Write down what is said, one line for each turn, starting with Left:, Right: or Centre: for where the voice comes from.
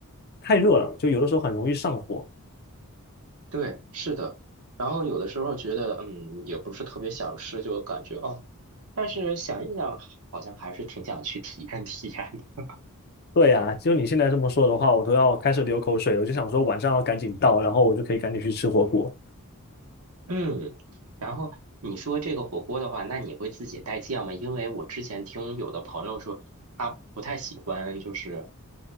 Left: 太热了，就有的时候很容易上火。
Right: 对，是的。然后有的时候觉得，嗯，也不是特别想吃，就感觉哦，但是想一想，好像还是挺想去体验体验的。
Left: 对呀，就你现在这么说的话，我都要开始流口水了。我就想说晚上要赶紧到，然后我就可以赶紧去吃火锅。
Right: 嗯，然后你说这个火锅的话，那你会自己带酱吗？因为我之前听有的朋友说，他不太喜欢就是